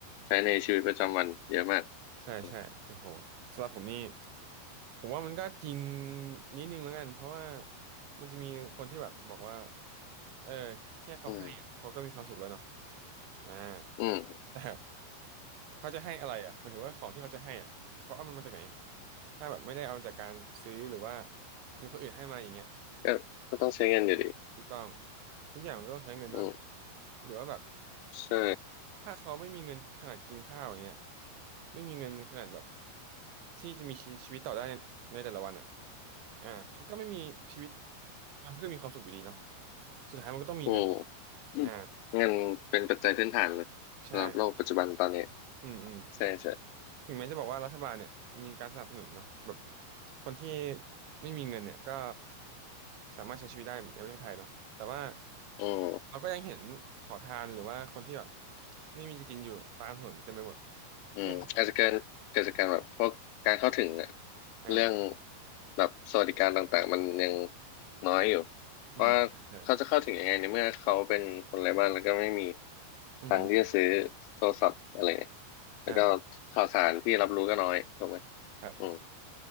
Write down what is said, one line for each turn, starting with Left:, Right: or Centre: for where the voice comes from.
Left: ใช้ในชีวิตประจำวันเยอะมาก
Right: ใช่ใช่โอ้โหสำหรับผมนี่
Left: อืม
Right: ผมว่ามันก็จริงนิดนึงแล้วกันเพราะว่ามันจะมีคนที่แบบบอกว่าเออแค่เขาให้อะเขาก็มีความสุขแล้วเนาะ
Left: อืม
Right: อ่า
Left: อืม
Right: แต่เขาจะให้อะไรอ่ะหมันถือว่าของที่เขาจะให้อ่ะเขาเอามันมาจากไหนถ้าแบบไม่ได้เอามาจากการซื้อหรือว่ามีคนอื่นให้มาอย่างเงี้ย
Left: ก็ก็ต้องใช้เงินอยู่ดี
Right: ถูกต้องทุกอย่างมันก็ต้องใช้เงินเนาะ
Left: อืม
Right: หรือว่าแบบ
Left: ใช่
Right: ถ้าเขาไม่มีเงินขนาดกินข้าวอย่างเงี้ยไม่มีเงินขนาดแบบที่จะมีชีชีวิตต่อได้ในในแต่ละวันอ่ะอ่าเขาก็ไม่มีชีวิตเพื่อมีความสุขอยู่ดีเนาะสุดท้ายมันก็ต้องมีเงิน
Left: อืมอืมเงินเป็นปัจจัยพื้นฐานเลยสำหรับโลกปัจจุบันตอนนี้
Right: อ่าใช่อืมอืม
Left: ใช่ใช่
Right: ถึงแม้จะบอกว่ารัฐบาลเนี่ยมีการสนับสนุนเนาะแบบคนที่ไม่มีเงินเนี่ยก็สามารถใช้ชีวิตได้ในประเทศไทยเนาะแต่ว่า
Left: อืม
Right: เราก็ยังเห็นขอทานหรือว่าคนที่แบบไม่มีจะกินอยู่ตามถนนเต็มไปหมด
Left: อืมอาจจะเกินเกิดจากการแบบพวกการเข้าถึงอะ
Right: ซึ่งอ่า
Left: เรื่องแบบสวัสดิการต่างๆมันยังน้อยอยู่เพราะว่าเขาจะเข้าถึงยังไงในเมื่อเขาเป็นคนไร้บ้านแล้วก็ไม่มี
Right: อืมใช่อืม
Left: ตังค์ที่จะซื้อโทรศัพท์อะไรเนี่ยแล้วก็
Right: อ่า
Left: ข่าวสารที่รับรู้ก็น้อยถูกไหม
Right: ครับ
Left: อืม